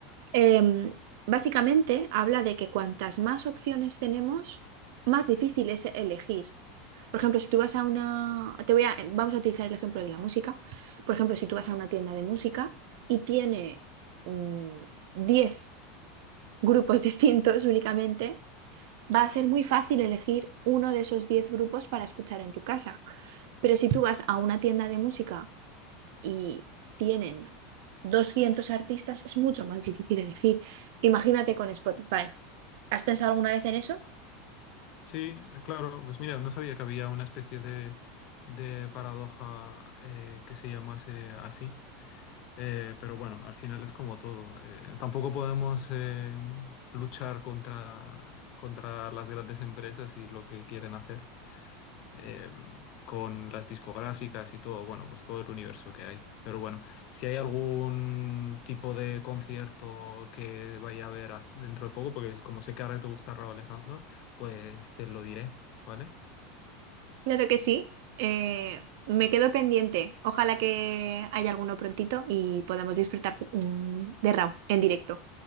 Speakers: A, on the right; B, on the left.
A: em, básicamente habla de que cuantas más opciones tenemos, más difícil es elegir. Por ejemplo, si tú vas a una, te voy a, vamos a utilizar el ejemplo de la música. Por ejemplo, si tú vas a una tienda de música y tiene mm, 10 grupos <laughs> distintos únicamente, va a ser muy fácil elegir uno de esos 10 grupos para escuchar en tu casa. Pero si tú vas a una tienda de música y tienen 200 artistas, es mucho más difícil elegir. Imagínate con Spotify. ¿Has pensado alguna vez en eso?
B: Sí, eh, claro, pues mira, no sabía que había una especie de, de paradoja eh, que se llamase así. Eh, pero bueno, al final es como todo. Eh, tampoco podemos eh, luchar contra, contra las grandes empresas y lo que quieren hacer eh, con las discográficas y todo, bueno, pues todo el universo que hay. Pero bueno, si hay algún tipo de concierto que vaya a haber haz- dentro de poco, porque es- como sé que ahora te gusta Rauw Alejandro, pues te lo diré, ¿vale?
A: Claro que sí. Eh, me quedo pendiente. Ojalá que haya alguno prontito y podamos disfrutar mm, de Raw en directo.